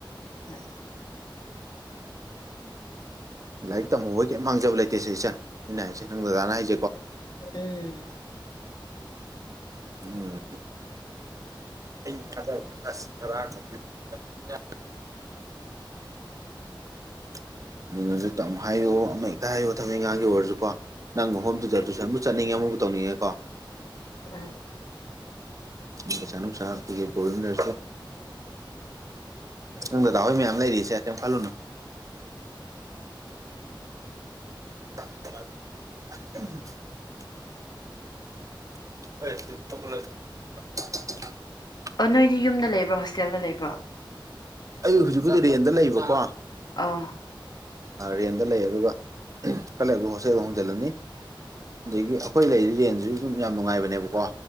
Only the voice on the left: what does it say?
ꯍꯣꯏ
ꯎꯝ
ꯍꯣꯏ
ꯑꯣ ꯅꯣꯏꯗꯤ ꯌꯨꯝꯗ ꯂꯩꯕ꯭ꯔꯣ ꯍꯣꯁꯇꯦꯜꯗ ꯂꯩꯕ꯭ꯔꯣ
ꯑꯥ